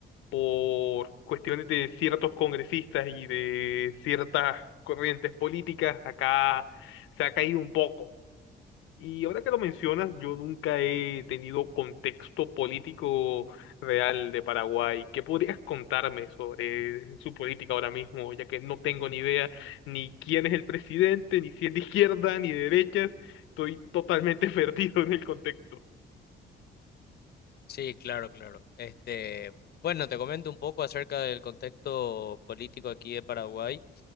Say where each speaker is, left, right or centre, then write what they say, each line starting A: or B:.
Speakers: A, on the left; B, on the left.
A: por cuestiones de ciertos congresistas y de ciertas corrientes políticas, acá se ha caído un poco. Y ahora que lo mencionas, yo nunca he tenido contexto político real de Paraguay. ¿Qué podrías contarme sobre su política ahora mismo? Ya que no tengo ni idea ni quién es el presidente, ni si es de izquierda, ni de derecha. Estoy totalmente <laughs> perdido en el contexto.
B: Sí, claro, claro. Este, bueno, te comento un poco acerca del contexto político aquí de Paraguay.